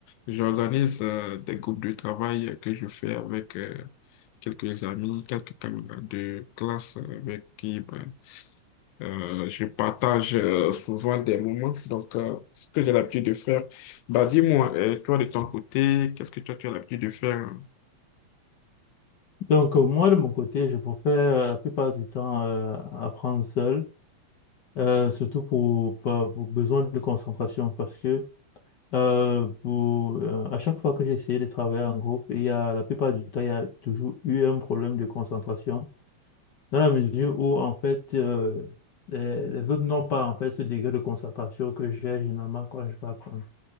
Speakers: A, on the left; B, on the left.
A: j'organise euh, des groupes de travail que je fais avec. euh, quelques amis, quelques camarades de classe avec qui ben, euh, je partage euh, souvent des moments. Donc, euh, ce que j'ai l'habitude de faire, bah dis-moi, euh, toi de ton côté, qu'est-ce que toi tu as l'habitude de faire?
B: Donc euh, moi, de mon côté, je préfère euh, la plupart du temps euh, apprendre seul, euh, surtout pour, pour, pour besoin de concentration, parce que Euh, pour, euh, à chaque fois que j'ai essayé de travailler en groupe, il y a, la plupart du temps, il y a toujours eu un problème de concentration, dans la mesure où, en fait, euh, les, les autres n'ont pas, en fait, ce degré de concentration que j'ai généralement quand je vais apprendre.